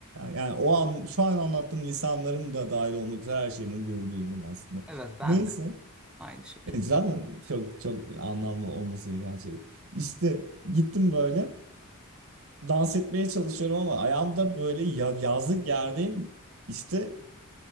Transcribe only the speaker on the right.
yani o an şu an anlattığım lisanlarım da dahil olmak üzere her şeyimle gurur duyuyorum aslında.
Neyse
e, zaten çok çok anlamlı olması gereken şey. bu. İşte gittim böyle dans etmeye çalışıyorum ama ayağımda böyle ya- yazlık yerdeyim. İşte